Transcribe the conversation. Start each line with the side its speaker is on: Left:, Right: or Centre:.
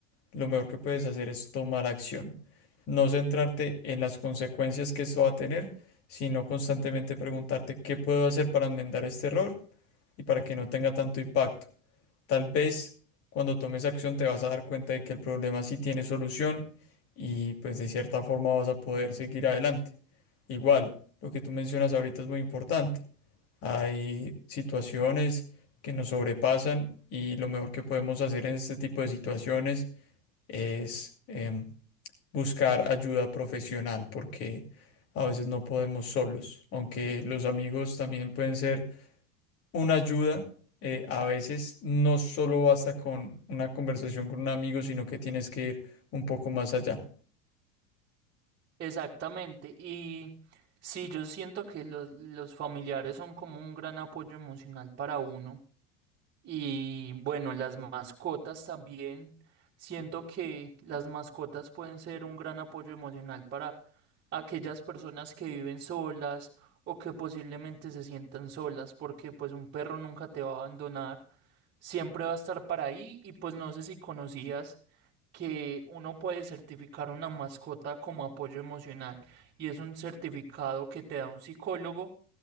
Left: lo mejor que puedes hacer es tomar acción. No centrarte en las consecuencias que esto va a tener, sino constantemente preguntarte qué puedo hacer para enmendar este error y para que no tenga tanto impacto. Tal vez cuando tomes acción te vas a dar cuenta de que el problema sí tiene solución y pues de cierta forma vas a poder seguir adelante. Igual, lo que tú mencionas ahorita es muy importante. Hay situaciones que nos sobrepasan y lo mejor que podemos hacer en este tipo de situaciones es em, buscar ayuda profesional porque a veces no podemos solos, aunque los amigos también pueden ser una ayuda, eh, a veces no solo basta con una conversación con un amigo, sino que tienes que ir un poco más allá.
Right: Exactamente. Y sí, yo siento que los, los familiares son como un gran apoyo emocional para uno. Y bueno, las mascotas también. Siento que las mascotas pueden ser un gran apoyo emocional para aquellas personas que viven solas o que posiblemente se sientan solas, porque pues un perro nunca te va a abandonar, siempre va a estar para ahí y pues no sé si conocías que uno puede certificar una mascota como apoyo emocional y es un certificado que te da un psicólogo,